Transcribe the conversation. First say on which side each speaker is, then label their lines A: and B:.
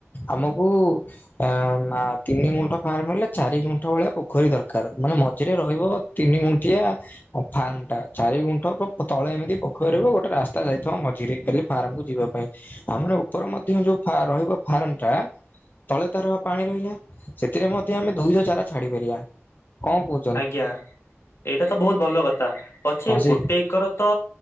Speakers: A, on the left; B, on the left.
A: ଆମକୁ ଆ, ମା- ତିନି ଗୁଣ୍ଠ ଫାର୍ମ ହେଲେ ଚାରି ଗୁଣ୍ଠ ଭଳିଆ ପୋଖରୀ ଦରକାର। ମାନେ ମ ଝିରେ ରହିବ ତିନି ଗୁଣ୍ଠିଆ। ଆଉ ଫାର୍ମ ଟା ଚାରି ଗୁଣ୍ଠ ପ-ପ-ତଳେ ଏମିତି ପୋଖରୀରୁ ଗୋଟେ ରାସ୍ତା ଯାଇଥିବ ମଝିରେ, ହେଲେ ଫାର୍ମକୁୁ ଯିବା ପାଇଁ, ଆମର ଉପର ମଧ୍ଯ ଯୋଉ ଫା- ରହିବ ଫାର୍ମ ଟା ତଳେ ତାର ବା ପାଣି ରହିଲା ସେଥିରେ ମଧ୍ୟ ଆମେ ଦୁଇଶ ଚାରା ଛାଡି ପାରିବା, କଣ କହୁ
B: ଆଜ୍ଞା ଏଇଟା ତ ବହୁତ ଭଲ କଥା ପଛେ
A: ହଁ ସେଇ
B: ଗୋଟେ ଏକର ତ